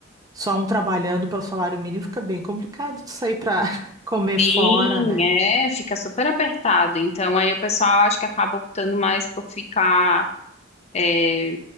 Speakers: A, on the right (about 20°); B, on the left (about 35°).
A: só um trabalhando pelo salário mínimo fica bem complicado de sair para <laughs> comer
B: Sim,
A: fora, né?
B: é, fica super apertado. Então, aí o pessoal acho que acaba optando mais por ficar eh,